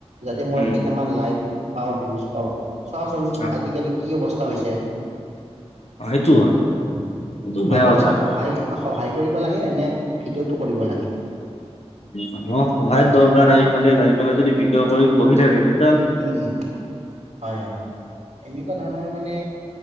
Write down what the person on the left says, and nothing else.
উম
অ
সেইটো হয় এইটো বেয়া
কথা
মানুহক সহায়ত দৰকাৰ আৰু এইফালে যাই পালাই যদি ভিডিঅ কৰি বহি থাকে তে